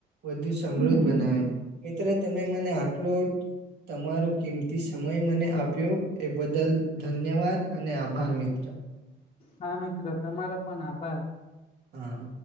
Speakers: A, on the right; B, on the left.
A: વધુ સમૃદ્ધ બનાવે મિત્રો તમે મને આટલો તમારો કિંમતી સમય મને આપ્યો એ બદલ ધન્યવાદ અને આભાર મિત્ર
B: હા મિત્ર તમારો પણ આભાર!
A: હા.